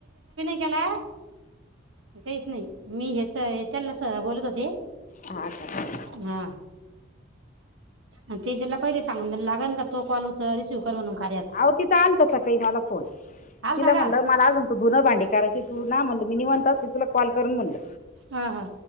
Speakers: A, on the right; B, on the left.
A: आ काहीच नाही, मी हेच त्यानलाच अ बोलत होते.
B: हा का
A: हा अन तेजल ला पहिले सांगून देण लागन का तो कॉल उच रिसिव कर म्हणून. कार्याचा
B: अह तिथं आलता सकाळी मला फोन
A: आलता
B: तिला
A: का
B: म्हणल मला अजून तु धुनं भांडी करायची तू ना म्हणल मी निवांत असते तुला कॉल करून म्हणल,
A: हा हा